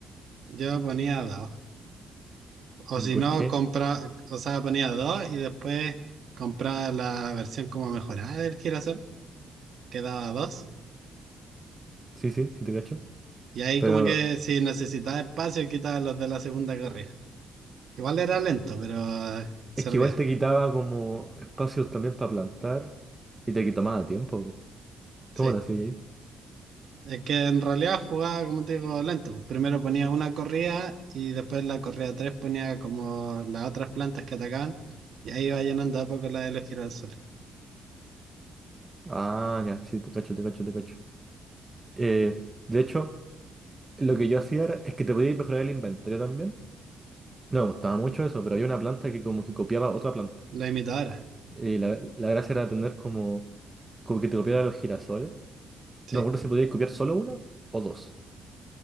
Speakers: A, on the right (about 60°); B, on the right (about 20°).
A: yo ponía dos. O si
B: ¿Por
A: no,
B: qué?
A: compra, o sea, ponía dos y después compraba la versión como mejorada del girasol, que daba dos.
B: Sí, sí, sí te cacho.
A: Y ahí
B: Pero
A: como que si necesitaba espacio, quitaba los de la segunda carrera. Igual era
B: Mm.
A: lento, pero eh, servía.
B: Es que igual te quitaba como espacios también para plantar y te quitaba tiempo. po.
A: Sí.
B: ¿Cómo lo hacías ahí?
A: Es que en realidad jugaba, como te digo, lento. Primero ponía una corrida y después la corrida tres ponía como las otras plantas que atacaban. Y ahí iba llenando a poco la de los girasoles.
B: Ah, ya, sí, te cacho, te cacho, te cacho. Eh, de hecho, lo que yo hacía era, es que te podías mejorar el inventario también. No me gustaba mucho eso, pero había una planta que como que copiaba otra planta.
A: La imitadora.
B: Y la, la gracia era tener como, como que te copiara los girasoles.
A: Sí.
B: No me acuerdo si podías copiar solo una o dos.